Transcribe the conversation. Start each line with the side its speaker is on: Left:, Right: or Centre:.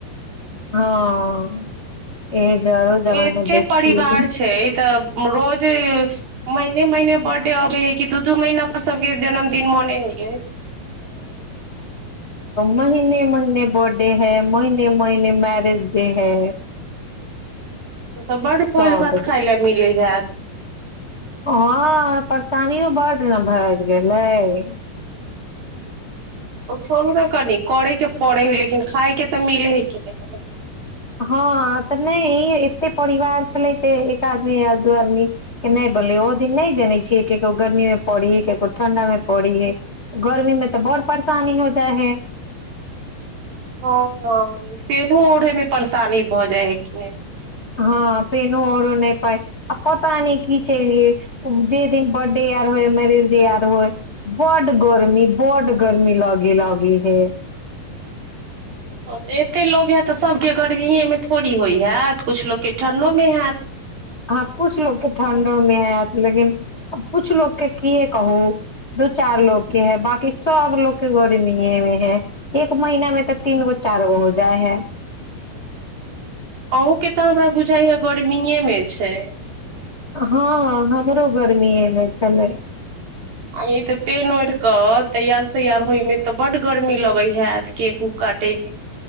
Left: हँ ए जरो जमाना
Right: एते
Left: देखिय
Right: परिवार छै तऽ रोज महने महिने बर्थडे अबे है कि दूधू म अपन सबकें जन्मदिन मनेलिय
Left: महिने महिने बर्थ डे है महिने महिने मैरेज डे है
Right: तऽ बड भोज
Left: सब
Right: भात खााय ले मिलै हयत
Left: हँ परेशानिओ बड्ड ने भएि गेलै
Right: ओ छोड़ू ने कनिक करैके पड़े हइ लेकिन खायइके तऽ मिल है की नै मतलब
Left: हँ तऽ नहि ई एतेक परिवार छलै जे एक आदमी य दू आदमी के नहि बोलै ओ दिन नहि जनै छियै ककरो गर्मीमे पड़ी हइ ककरो ठंढामे पड़ी हइ गर्मीमे तऽ बड़ परेशानी हो जाइ हइ
Right: हँ ह पेनो ओढ़े मे परेशानी भऽ जाइ है कि ने
Left: हँ पेनो आरो नहि पाइ आ पता नहि की चलियै जेहि दिन बर्थडे आर होय मैरेज डे आर होय बड्ड गर्मी बड गर्मी लगे लगे हइ
Right: ओ तऽ एतेक लोक हएत तऽ सभके गर्मिएमे थोड़ी होइ हएत किछु लोककेँ ठण्डोमे होएत
Left: हँ किछु लोकके ठण्डोमे आयत लेकिन किछु लोकके कए कहू दू चार लोकके हइ बाँकी सभ लोकके गर्मिएमे है एक महीनामे तऽ तीन गो चारि गो हो जाइ है
Right: अहूँके तऽ हमरा बुझाइय गर्मीएमे छै
Left: हँ हमरो गर्मिएमे छलै
Right: आ ई तऽ पेन ओढ़ि कऽ तैयार सैयार होयमे तऽ बड गर्मी लगैत हैत केकु काटेमे